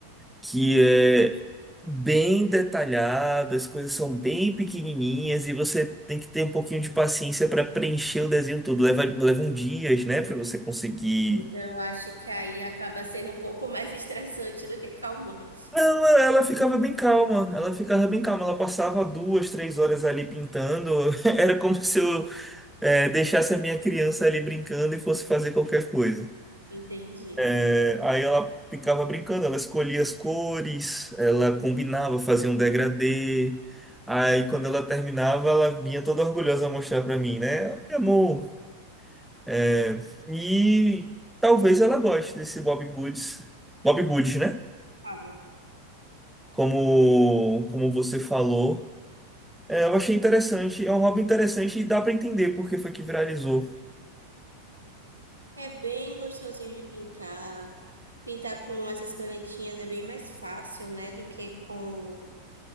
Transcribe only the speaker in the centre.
Que é bem detalhada, as coisas são bem pequenininhas e você tem que ter um pouquinho de paciência para preencher o desenho todo. Leva, levam dias, né, para você conseguir.
Não, ela ficava bem calma, ela ficava bem calma. Ela passava duas, três horas ali pintando. <laughs> Era como se eu, eh, deixasse a minha criança ali brincando e fosse fazer qualquer coisa.
É, aí ela ficava brincando, ela escolhia as cores, ela combinava, fazia um degradê. Aí quando ela terminava, ela vinha toda orgulhosa mostrar pra mim, né? Olha, Amor. É, e talvez ela goste desse Bob Goods. Bob Goods, né?
Como, como você falou. É, eu achei interessante, é um hobby interessante e dá pra entender por que foi que viralizou.